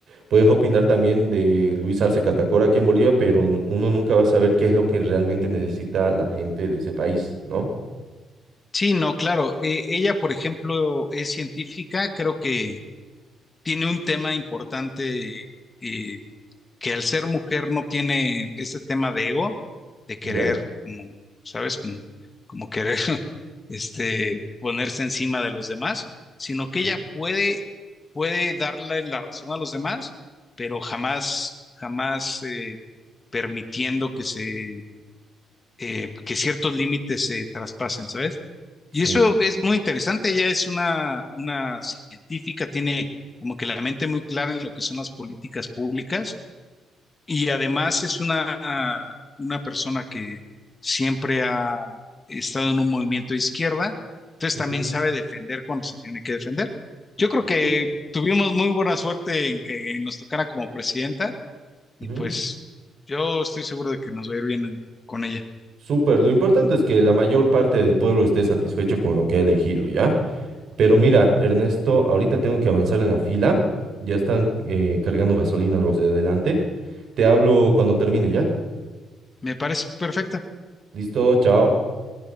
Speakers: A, on the right (about 60°); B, on the left (about 25°).
A: puedes opinar también de Luis Arce Catacora aquí en Bolivia, pero n- uno nunca va a saber qué es lo que realmente necesita la gente de ese país, ¿no?
B: Sí, no, claro. Eh, ella, por ejemplo, es científica, creo que tiene un tema importante eh, que al ser mujer no tiene ese tema de ego, de querer,
A: Ya.
B: como, ¿sabes? Como, como querer <laughs> este, ponerse encima de los demás, sino que
A: Ujú.
B: ella puede, puede darle la razón a los demás, pero jamás, jamás eh, permitiendo que se eh, que ciertos límites se traspasen, ¿sabes?
A: Sí.
B: Y eso es muy interesante, ella es una, una científica, tiene como que la mente muy clara en lo que son las políticas públicas y además es una, una persona que siempre ha estado en un movimiento de izquierda, entonces
A: Ujú.
B: también sabe defender cuando se tiene que defender. Yo creo
A: Ok.
B: que tuvimos muy buena suerte en que nos tocara como presidenta y
A: Ujú.
B: pues yo estoy seguro de que nos va a ir bien con ella.
A: Súper, lo importante es que la mayor parte del pueblo esté satisfecho con lo que ha elegido, ¿ya? Pero mira, Ernesto, ahorita tengo que avanzar en la fila. Ya están eh, cargando gasolina los de adelante. Te hablo cuando termine, ¿ya?
B: Me parece perfecto.
A: Listo, chao.